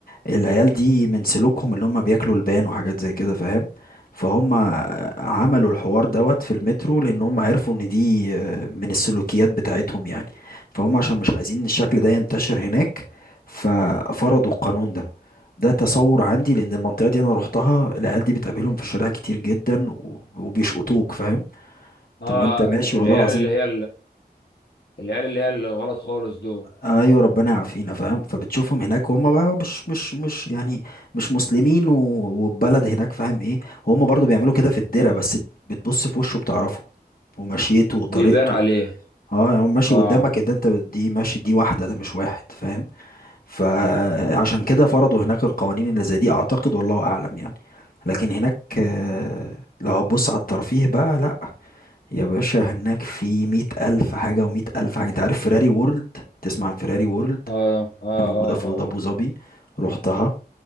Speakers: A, on the left; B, on the left.
A: العيال دي من سلوكهم اللي هم بياكلوا لبان وحاجات زي كده فاهم فهم عملوا الحوار دوت في المترو لان هم عرفوا ان دي آه، من السلوكيات بتاعتهم يعني فهم عشان مش عايزين ان الشكل ده ينتشر هناك ففرضوا القانون ده ده تصور عندي لان المنطقه دي انا روحتها العيال دي بتقابلهم في الشارع كتير جدا و- وبيشقطوك فاهم
B: اه
A: تبقى انت ماشي
B: العيال
A: والله العظيم
B: اللي هي العيال اللي هي اللي غلط خالص دول
A: ايوه ربنا يعافينا فاهم فبتشوفهم هناك وهم بقى مش مش مش يعني مش مسلمين و- والبلد هناك فاهم ايه وهم برضو بيعملوا كده في الدره
B: اه
A: بس بتبص في وشه بتعرفه ومشيته وطريقته
B: بيبان عليه
A: اه يعني هو ماشي
B: اه
A: قدامك ده انت دي ماشي دي واحده ده مش واحد فاهم فعشان كده فرضوا هناك القوانين اللي زي دي اعتقد والله اعلم يعني لكن هناك آه، لو هتبص على الترفيه بقى لا يا باشا هناك في مئة ألف حاجة ومئة ألف حاجة أنت عارف فيراري وورلد تسمع عن فيراري وورلد
B: اه اه اه
A: اللي موجودة في
B: اه
A: أبو
B: آه.
A: ظبي روحتها